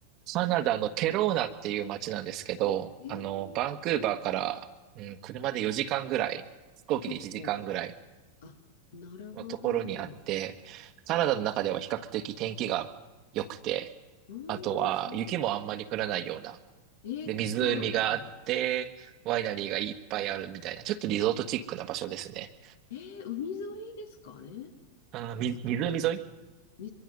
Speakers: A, on the right (about 40°); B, on the left (about 65°).
A: カナダのケローナっていう街なんですけど、
B: えー、
A: あの、バンクーバーから、うん、車で4時間ぐらい、飛行機で1時間ぐらい
B: あ、結構かかる。あ、なるほど。
A: のところにあって、
B: う
A: カナダの中では比較的天気が良くて、
B: ー
A: あとは雪もあんまり降らないような、
B: ん、そうなんえー、
A: で、湖があって、
B: そうなんですね。
A: ワイナリーがいっぱいあるみたいな、ちょっとリゾートチックな場所ですね。
B: えー、海沿いですかね
A: あー、み、湖沿い
B: 湖